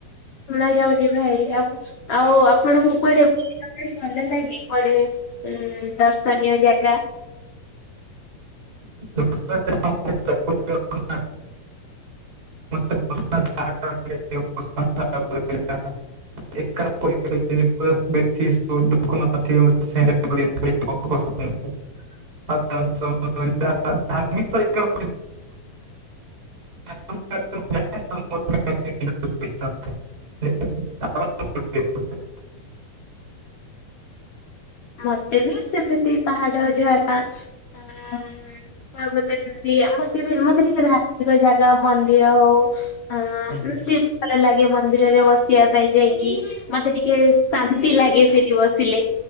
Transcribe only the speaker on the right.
<inaudible> <inaudible> <inaudible> <inaudible> <unintelligible> <unintelligible>
ହୁଁ